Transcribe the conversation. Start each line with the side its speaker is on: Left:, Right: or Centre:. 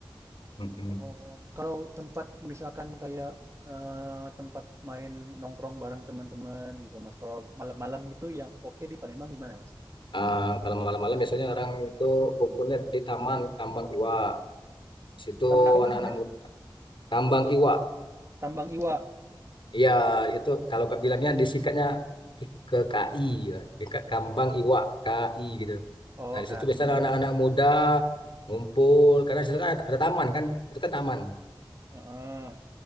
Left: Mm-mm.
Right: Oh, kalau tempat misalkan kayak eh, tempat main nongkrong bareng teman-teman gitu, Mas. Kalau malam-malam gitu yang oke di Palembang di mana, Mas?
Left: Ah, kalau malam-malam biasanya orang itu kumpulnya di Taman Kambang Iwa. Di situ
Right: Taman apa, Mas,
Left: anak-anak
Right: namanya?
Left: muda. Kambang Iwa.
Right: Tambang Iwa.
Left: Iya, itu kalau kak bilangnya disikatnya di- ke KI, ya. dekat Kambang
Right: Oh,
Left: Iwa, KI gitu.
Right: oh
Left: Nah, di
Right: KI.
Left: situ biasanya anak-anak muda ngumpul karena di situ kan ada, ada taman kan, itu kan taman.
Right: Heeh.